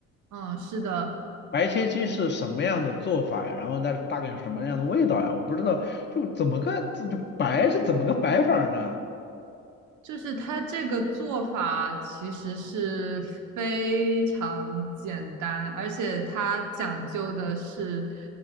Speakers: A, on the right; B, on the left.
A: 嗯，是的，
B: 白切鸡是什么样的做法呀？然后那大概是什么样的味道呀？我不知道，就怎么个这就白是怎么个白法儿呢？
A: 就是它这个做法其实是非常简单，而且它讲究的是，